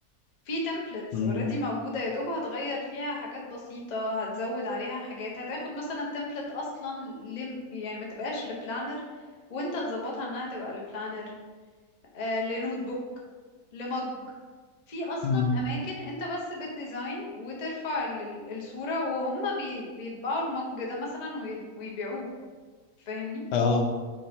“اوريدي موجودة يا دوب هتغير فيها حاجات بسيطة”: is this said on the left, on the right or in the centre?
Left